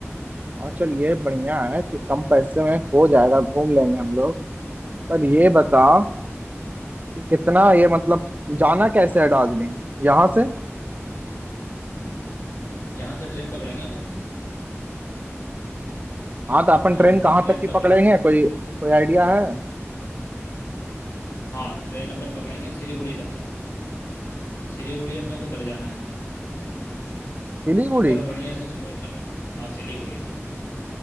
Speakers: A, on the right; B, on the left.
A: और चल ये बढ़िया है कि कम पैसे में हो जाएगा घूम लेंगे हम लोग पर ये बता कि कितना ये मतलब जाना कैसे है दार्जिलिंग यहाँ से
B: यहाँ से ट्रेन पकड़ेंगे अपन
A: हाँ तो अपन
B: यहाँ
A: ट्रेन
B: से अपन
A: कहाँ
B: ट्रेन
A: तक की पकड़ेंगे
B: पकड़ेंगे
A: कोई कोई आइडिया है
B: हाँ ट्रेन अपन पकड़ेंगे सिलीगुड़ी तक का सिलीगुड़ी अपने को उतर जाना है
A: सिलीगुड़ी
B: अगर बढ़िया से एक्सप्लोर करना है हाँ सिलीगुड़ी